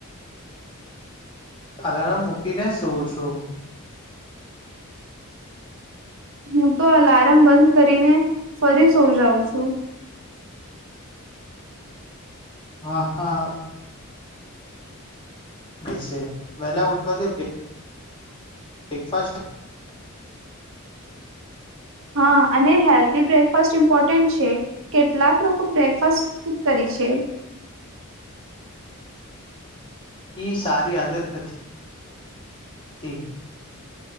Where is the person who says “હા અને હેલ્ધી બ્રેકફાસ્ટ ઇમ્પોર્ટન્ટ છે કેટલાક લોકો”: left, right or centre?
Right